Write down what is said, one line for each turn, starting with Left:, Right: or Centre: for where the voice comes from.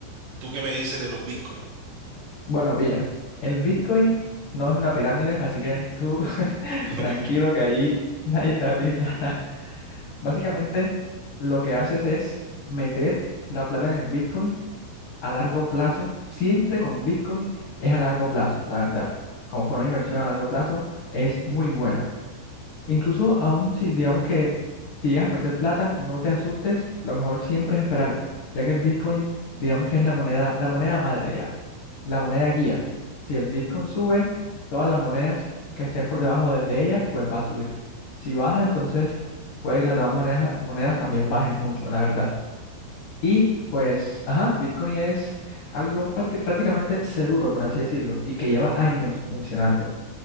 Right: ¿tú qué me dices de los Bitcoin?
Left: Bueno, pilla. El Bitcoin no es una pirámide, así que tú <laughs>
Right: <laughs>
Left: tranquilo
Right: Ok, eh,
Left: que ahí nadie te da mi plata. <laughs> Básicamente, lo que haces es meter la plata en el Bitcoin a largo plazo. Siempre con Bitcoin es a largo plazo, la verdad. Como forma de inversión a largo plazo es muy buena. Incluso aún si digamos que si llegas a perder plata, no te asustes, lo mejor siempre es esperar, ya que el Bitcoin, digamos que es la moneda, la moneda madre ya, la moneda guía. Si el Bitcoin sube, todas las monedas que estén por debajo de, de ellas, pues va a subir. Si baja, entonces puede que las demás monedas, monedas también bajen mucho, la verdad. Y pues, ajá, Bitcoin es algo prácti- prácticamente seguro, por así decirlo, y que lleva años funcionando.